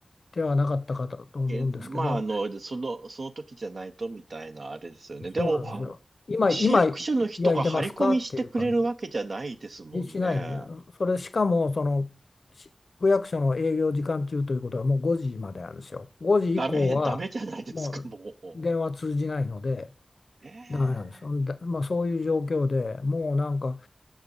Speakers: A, on the left; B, on the right.
A: てはなかったかと思うんですけど、
B: け、まあ、あの、その、その時じゃないとみたいなあれですよね。でも、
A: そうなんですよ。今、
B: 市役所の人が張り込みしてくれるわけじゃないですもんね。
A: 今焼いてますかっていう感じで。しないで、それしかもそのし区役所の営業時間中ということはもう5時までなんですよ。5時以降はもう電話通じないので
B: ダメ、ダメじゃないですか、もう。ねえ。
A: ダメなんです。だまあ、そういう状況でもうなんか